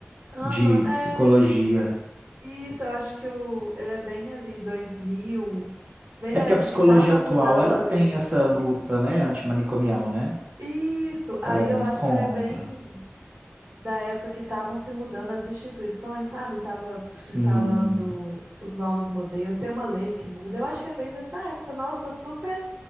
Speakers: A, on the right; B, on the right.
A: de
B: Aham,
A: psicologia.
B: é. Isso, eu acho que o, ele é bem ali, 2000. bem
A: É
B: da
A: porque
B: época
A: a psicologia
B: que tava
A: atual,
B: mudando
A: ela tem
B: isso.
A: essa luta, né, antimanicomial, né?
B: Isso,
A: Ela
B: aí
A: é muito
B: eu acho
A: contra.
B: que ele é bem da época que estavam se mudando as instituições, sabe? Estava
A: Sim.
B: instalando os novos modelos, tem uma lei que muda. Eu acho que é bem dessa época. Nossa, eu super